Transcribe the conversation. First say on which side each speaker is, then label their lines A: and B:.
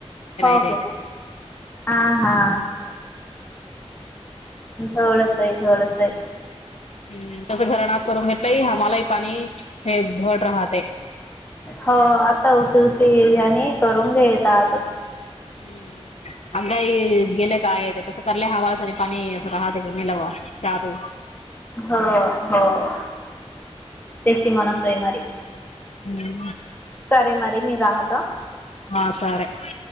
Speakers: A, on the left; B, on the left.
A: होके,
B: जायच्या
A: हा हा! वळच आहे, धवळच आहे.
B: हम्म, तसं घरात करून घेतलं. त्यामुळे आम्हालाही पाणी राहतं.
A: हो, आता उशी-उशीने करून घेत आहेत.
B: हम्म. अगं, गेल्या काय? तसं का? हवासाठी पाणी असंच राहतं का मलावात?
A: हो हो <inaudible> ती मन सोय मारी <inaudible>
B: हम्म
A: सरे मरी मी राहदा
B: हा सरे <inaudible>